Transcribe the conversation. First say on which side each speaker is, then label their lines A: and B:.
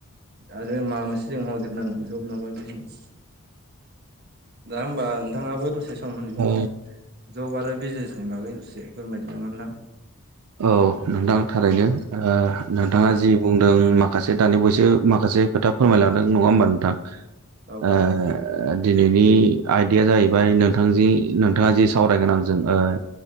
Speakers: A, on the right; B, on the right.
A: आरो माबा मोनसे जों मावदेरनांगोन जब नाबा बिजनेस दा होमबा नोंथाङाबो दसे सम बिदिनो
B: औ
A: जब आरो बिजनेसनि बागै दसे फोरबायदिनो नोंथां
B: औ नोंथां थारैनो
A: औ
B: नोंथाङा
A: औ
B: जि बुंदों माखासे दानि बयसो माखासे खोथा फोरमायलांदों नङा होमबा नोंथां
A: औ
B: ओ ओ दिनैनि आयदाया जाहैबाय नोंथां जि नोंथाङा जि सावरायगोन आंजों ओ